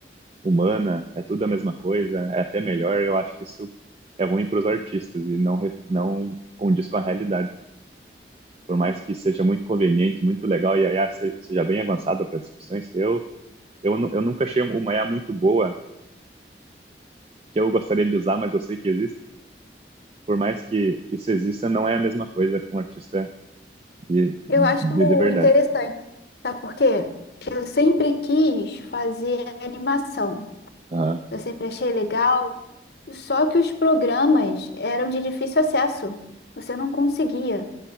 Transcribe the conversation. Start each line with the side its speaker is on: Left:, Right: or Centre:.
Right: humana, é tudo a mesma coisa, é até melhor. Eu acho que isso é ruim para os artistas e não ref- não condiz com a realidade. Por mais que seja muito conveniente, muito legal e a IA se- seja bem avançada para as discussões, eu eu, nu- eu nunca achei uma IA muito boa que eu gostaria de usar, mas eu sei que existe. por mais que isso exista, não é a mesma coisa com um artista de, de,
Left: Eu acho
Right: de verdade.
Left: interessante, sabe por quê? Eu sempre quis fazer animação,
Right: Aham.
Left: eu sempre achei legal, só que os programas eram de difícil acesso, você não conseguia.